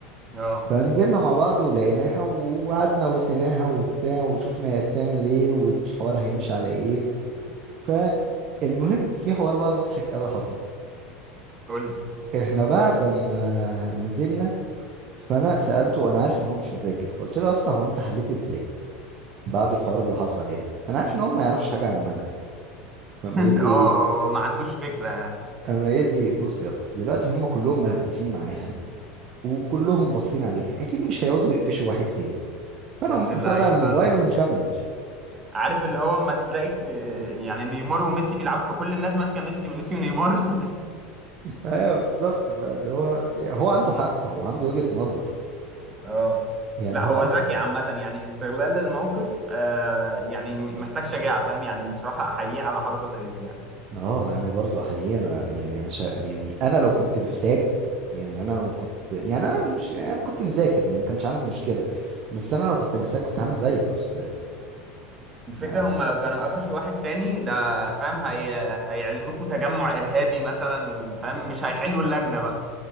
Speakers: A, on the right (about 30°); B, on the right (about 50°).
A: اه
B: فنزلنا مع بعض ولقيناها وقعدنا وسيناها وبتاع وشفنا هي بتعمل ايه والحوار هيمشي على ايه فالمهم في حوار بقى مضحك قوي حصل
A: قول لي
B: احنا بعد ما نزلنا فانا سالته انا عارف ان هو مش مذاكر فقلت له يا اسطى هو انت حليت ازاي بعد الحوار اللي حصل يعني انا عارف ان هو ما يعرفش حاجه عن المنهج فقام
A: <laughs>
B: قايل لي
A: اه ما عندوش فكرة يعني.
B: قام قايل لي بص يا اسطى دلوقتي هم كلهم مركزين معاها وكلهم باصين عليها اكيد مش هيعوزوا يقفشوا واحد تاني فانا
A: يا ابن
B: قمت
A: اللعيبة
B: مطلع الموبايل ومكمل
A: عارف اللي هو اما تلاقي آه، يعني نيمار وميسي بيلعبوا فكل الناس ماسكة ميسي ونسيوا نيمار <laughs>
B: ايوه بالظبط بقى اللي هو هو عنده حق هو عنده وجهة نظر
A: اه
B: يعني
A: لا
B: هو
A: هو
B: أص...
A: ذكي عامة يعني استغلال الموقف آه يعني محتاج شجاعة فاهم يعني بصراحة أحييه على حركة زي دي يعني
B: اه انا برضو حقيقي انا يعني انا شا... يعني انا لو كنت محتاج يعني انا لو كنت يعني انا مش انا كنت مذاكر ما كانش عندي مشكله بس انا لو كنت محتاج كنت هعمل زيه اصلا
A: الفكرة
B: ما
A: هم لو كانوا قفشوا واحد تاني ده فاهم هي... هيعلنوكوا تجمع إرهابي مثلا وفاهم مش هيحلوا اللجنة بقى